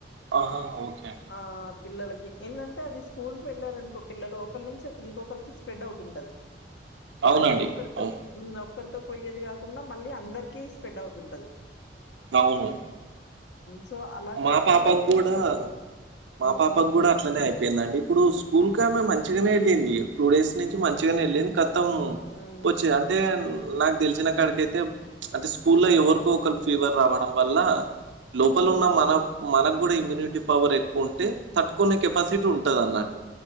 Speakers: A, on the right; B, on the left.
A: ఆహా ఓకే అండి
B: ఆ పిల్లలకి ఏంటంటే అది స్కూల్ కి వెళ్లారనుకో పిల్లలు ఒకరి నుంచి ఇంకొకరికి స్పెడ్ అవుతుంటది
A: అవునండి
B: అది ఒక్కరితో
A: అవును
B: ఒక్కరితో పోయ్యేది కాకుండా మళ్ళీ అందరికీ స్ప్రెడ్ అవుతుంటది
A: అవును
B: సో
A: మా
B: కాకుండా
A: పాపకు
B: కొంచెం
A: కూడా మా
B: హ్మ్.
A: పాపకు కూడా అట్లనే అయిపోయిందండి ఇప్పుడు స్కూల్ కి ఆమె మంచిగానే వెళ్ళింది టూ డేస్ నుంచి మంచిగానే వెళ్ళింది కాని మొత్తం
B: హ్మ్.
A: వచ్చేయి అంటే నాకు తెలిసిన కాడికయితే అంటే స్కూల్ లో ఎవరికో ఒకరికి ఫీవర్ రావడం వల్ల లోపల
B: హ్మ్.
A: ఉన్నా మనకు కూడా ఇమ్యూనిటీ పవర్ ఎక్కువ ఉంటే తట్టుకునే కెపాసిటీ ఉంటది అన్నట్టు